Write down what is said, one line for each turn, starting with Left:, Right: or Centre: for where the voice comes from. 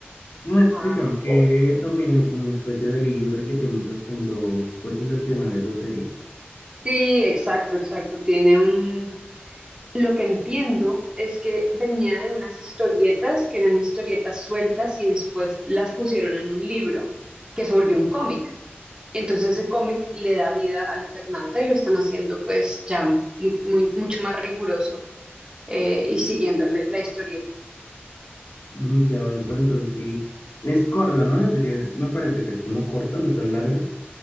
Left: Y me explicaron
Right: Ah, pero
Left: que
Right: bueno.
Left: también hay como una especie de libro y que tiene un trasfondo pues excepcional esa serie.
Right: Sí, exacto, exacto. Tiene un... Lo que entiendo es que venía de unas historietas que eran historietas sueltas y después las pusieron en un libro que se volvió un cómic. Entonces ese cómic le da vida al Eternauta y lo están haciendo pues ya muy, muy- mucho más riguroso eh, y siguiendo la historieta
Left: Mm, ya veo, pero entonces sí, es corta, ¿no? La serie me parece que es como corta, no es tan larga.